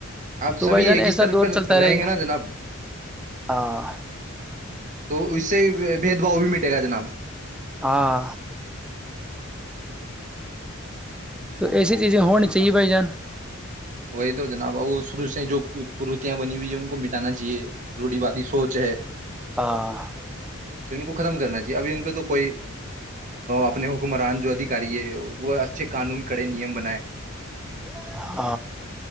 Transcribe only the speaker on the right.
اب
سبھی
ایک
استر
پر
رہیں
گے نا جناب
تو اس سے بھید باؤ بھی مٹے گا جناب
وہی تو جناب اب وہ شروع سے جو کررتیاں بنی ہوئی ہے ان کو مٹانا چاہیے روڑی وادی سوچ ہے
تو ان کو ختم کرنا چاہیے ابھی ان پہ تو کوئی اپنے حکمران جو ادھیکاری ہے وہ اچھے قانون کڑے نیم بنائے